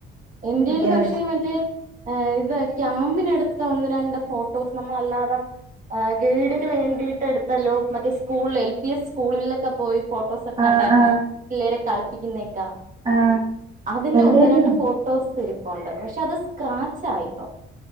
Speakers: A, on the right; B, on the right.
A: എന്റെയിൽ
B: കിട്ടിയേനേഷം
A: പക്ഷെ മറ്റേ ഇത ക്യാമ്പിനെടുത്ത ഒന്ന് രണ്ട് ഫോട്ടോസ് നമ്മളല്ലാതെ ആ ഗൈഡിന് വേണ്ടിട്ടെടുത്തല്ലോ മറ്റേ സ്കൂള്ല് എൽ പി എസ് സ്കൂളിലൊക്കെ പോയി ഫോ ട്ടോസ്ക്കെണ്ടാർന്ന്
B: ആ ആ
A: പിള്ളേരെ കളിപ്പിക്കുന്നെക്ക
B: ആ
A: അതിന്റെ
B: എന്റെലും
A: ഒന്ന് രണ്ട് ഫോ സ് രിപ്പുണ്ട് പക്ഷെ അത് സ്ക്രാച്ചായിപ്പം